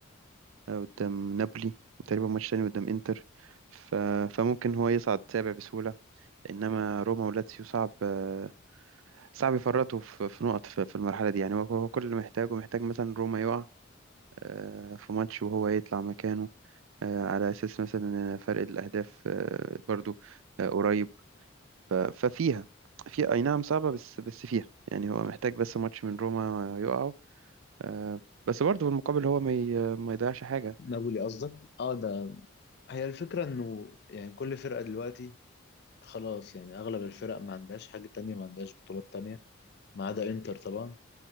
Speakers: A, on the right (about 75°); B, on the left (about 50°).
A: آه، قدام نابولي وتقريبا ماتش تاني قدام انتر ف... فممكن هو يصعد سابع بسهولة انما روما ولاتسيو صعب آه، صعب يفرطوا في في نقط في في المرحلة دي يعني هو هو كل اللي محتاجه محتاج مثلا روما يقع آه، في ماتش وهو يطلع مكانه آه، على أساس مثلا آه، فرق الأهداف آه، برضو آه، قريب آه، ففيها في أي نعم صعبة بس بس فيها يعني هو محتاج بس ماتش من روما يقعوا آه، بس برضو بالمقابل هو ما ي- ما يضيعش حاجة
B: نابولي قصدك اه ده هي الفكرة انه يعني كل فرقة دلوقتي خلاص يعني اغلب الفرق ما عندهاش حاجة تانية ما عندهاش بطولات تانية ما عدا انتر طبعا